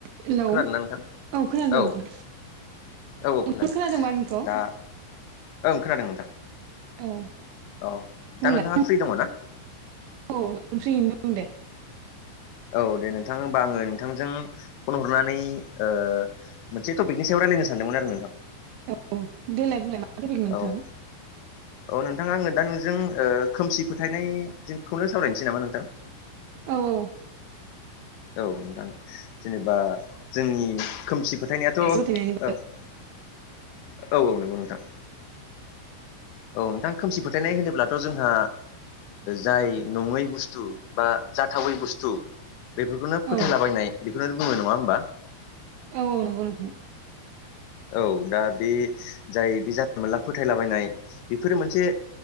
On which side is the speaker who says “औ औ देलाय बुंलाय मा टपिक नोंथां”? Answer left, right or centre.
Right